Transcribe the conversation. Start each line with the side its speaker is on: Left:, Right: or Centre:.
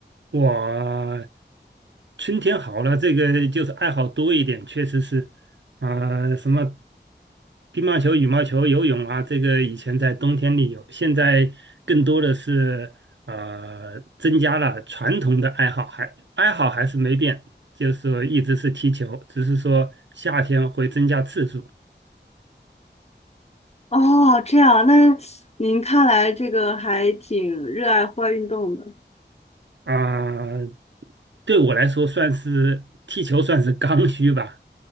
Right: 我春天好了，这个就是爱好多一点，确实是，啊、什么乒乓球、羽毛球、游泳啊，这个以前在冬天里有，现在更多的是呃增加了传统的爱好，还爱好还是没变，就是说一直是踢球，只是说夏天会增加次数。
Left: 哦，这样，那您看来这个还挺热爱户外运动的
Right: 啊、对我来说算是踢球算是刚需吧。